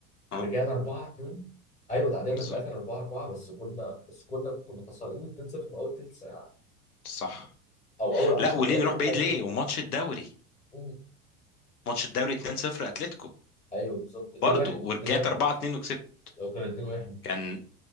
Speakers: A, on the left; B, on the left.
A: اه
B: ورجعنا 4 2 ايوه تعادلنا
A: بالظبط
B: في الاخر 4 4 بس كنا بس كنا كنا خسرانين 2 0 في اول تلت ساعه
A: صح
B: او اول 10
A: لا وليه
B: دقائق
A: نروح بعيد
B: حاجه كده
A: ليه وماتش الدوري
B: مم.
A: ماتش الدوري 2-0 اتلتيكو
B: ايوه بالظبط 2
A: برضه
B: 1
A: ورجعت
B: 2 1
A: 4-2 وكسبت
B: لو كان 2 1
A: كان